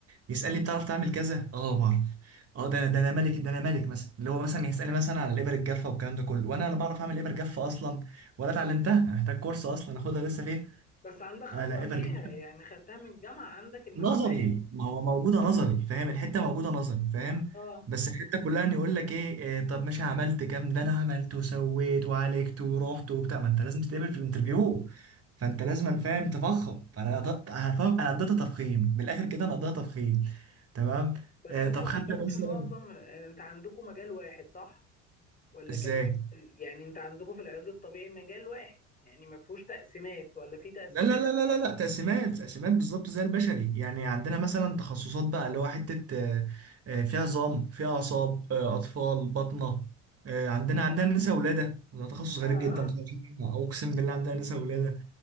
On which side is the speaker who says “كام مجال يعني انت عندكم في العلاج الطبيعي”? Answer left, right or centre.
Left